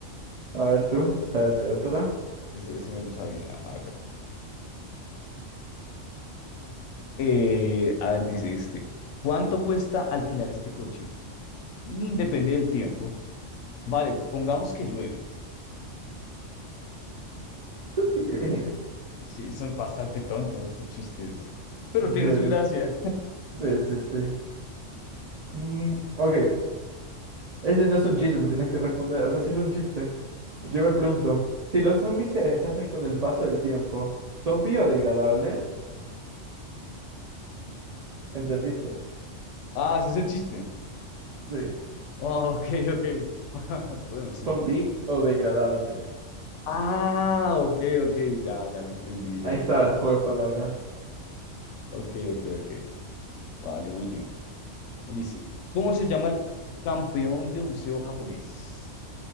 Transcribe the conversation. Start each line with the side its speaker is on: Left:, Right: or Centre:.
Right: A ver tú, espérate, otra.
Left: Ese, ese me lo sabía. A ver. Eh, a ver, dice este. ¿Cuánto cuesta alquilar este coche? Mm, depende del tiempo. Vale, pongamos que llueve.
Right: Estupidez.
Left: Sí, son bastante tontos estos chistes. Pero
Right: Sí,
Left: tienen su gracia.
Right: sí, sí, sí. Mm, ok, este no es un chiste, no tienes que responder. O sea, sí es un chiste. Yo me pregunto, si los zombies se deshacen con el paso del tiempo, ¿son biodegradables? ¿Entendiste?
Left: Ah, ese es el chiste.
Right: Sí,
Left: Ah, ok, ok. <laughs> Bueno, sí.
Right: son biodegradables.
Left: Ah, ok, ok. Ya, ya lo entendí, ya
Right: Ahí
Left: lo
Right: está
Left: entendí.
Right: el juego de palabras.
Left: Ok, ok, ok. Vale, voy yo. Dice, ¿cómo se llama el campeón de buceo japonés?